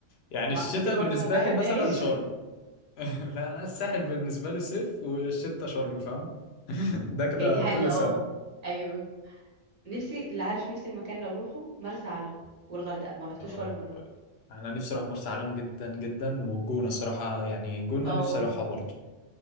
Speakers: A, on the left; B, on the right.
A: يعني
B: ما
A: الشتاء
B: اعرفش ليه برضه
A: بالنسبه
B: ما بحبهاش
A: لي مثلا شرم
B: <laughs>
A: <laughs> لا انا الساحل بالنسبه لي صيف والشتا شرم فاهم <laughs> ده كده
B: هي دي حقيقة
A: كل
B: اه
A: سنه
B: ايوه نفسي اللي عارف نفسي المكان اللي اروحه مرسى علم والغردقة ما رحتوش
A: اه
B: ولا مرة
A: طيب. انا نفسي اروح مرسى علم جدا جدا والجونه الصراحه يعني الجونه
B: اه
A: نفسي اروحها برضه